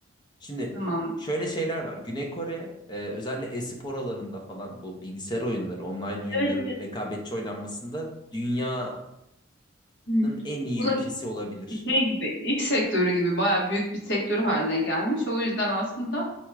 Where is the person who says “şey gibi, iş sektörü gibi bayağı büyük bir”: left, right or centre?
Left